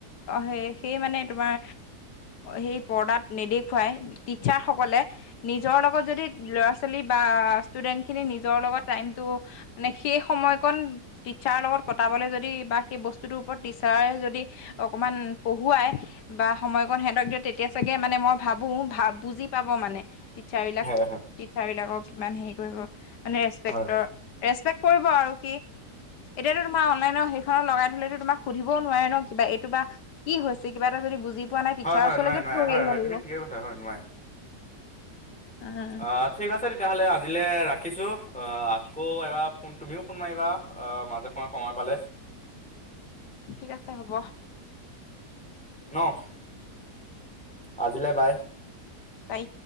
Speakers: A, on the left; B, in the centre.
A: সেই, সেই মানে তোমাৰ সেই পৰ্দাত নেদেখুৱাই, তিটচাৰ সকলে। নিজৰ লগত যদি ল'ৰা-ছোৱালী বা ষ্টুডেন্ট খিনি নিজৰ লগত টাইমটো মানে সেই সময়কণ টিচাৰৰ লগত পতাবলৈ যদি বা সেই বস্তুটোৰ ওপৰত টিচাৰ যদি অকমান পঢ়ুৱাই, বা সময়কণ সিহঁতক দিয়ে, তেতিয়া চাগে মানে মই ভাবো, ভা, বুজি পাব মানে টিচাৰ বিলাক।
B: হয় হয়
A: টিটচাৰ বিলাকক কিমান হেৰি কৰিব, মানে ৰেচপেকটৰ
B: হয় হয়
A: ৰেচপেক্ট কৰিব আৰু কি, এতিয়াতো তোমাৰ অনলাইন সেইখনত লগাই থলেতো তোমাক সুধিবও নোৱাৰে ন' কিবা, এইটো বা কি হৈছে কিবা এটা যদি বুজি পোৱা নাই টিচাৰৰ
B: হয় হয়
A: ওচৰলৈকে
B: নোৱাৰে নোৱাৰে
A: পঢ়ি
B: হয়
A: আহিব
B: হয়
A: লাগিব।
B: তুমি ঠিকে কৈছা হয় নোৱাৰে।
A: উম
B: অ', ঠিক আছে তেতিয়াহ'লে আজিলৈ ৰাখিছোঁ, অ', আকৌ এবাৰ ফোন, তুমিও ফোন মাৰিবা। অ', মাজে সময়ে সময় পালে।
A: ঠিক আছে হ'ব।
B: ন' আজিলে বাই।
A: বাই।